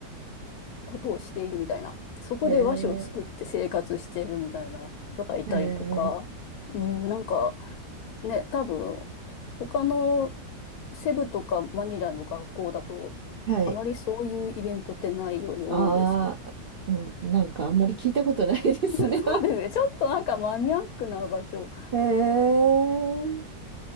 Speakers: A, on the left; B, on the right.
A: ことをしているみたいな。そこで和紙を作って生活しているみたいな人がいたりとか、
B: へえ、へえ、
A: うん、なんかね、多分他のセブとかマニラの学校だと、
B: はい、
A: あまりそういうイベントってないように思うんですけど
B: ああ、うん、なんかあんまり聞いたことないですね
A: <laughs>。そうですね。
B: <laughs>
A: ちょっとなんかマニアックな場所。
B: へえ、